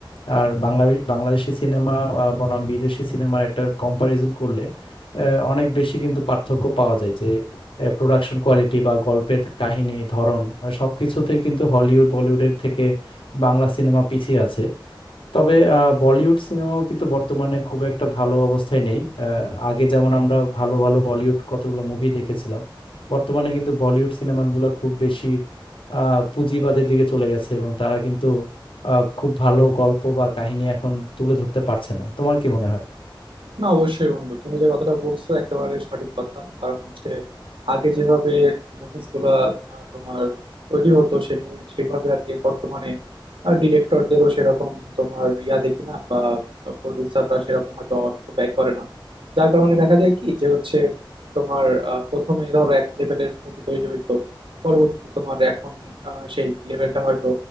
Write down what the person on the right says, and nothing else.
না অবশ্যই বন্ধু তুমি যে কথাটা বলছো একেবারে সঠিক কথা কারণ হচ্ছে আগে যেভাবে মুভিজ গুলা আহ, তোমার তৈরি হতো সেই মুভি সেইভাবে আর কি বর্তমানে ডিরেক্টরদেরও সেরকম তোমার ইয়া দেখি না বা প্রডিউসাররা সেরকম হয়তো অর্থ ব্যয় করে না যার কারণে দেখা যায় কি যে হচ্ছে তোমার আহ, প্রথমে ধরো এক লেভেলের মুভি তৈরি হইতো পরবর্তীতে তোমার এখন আহ, সেই লেভেলটা হয়তো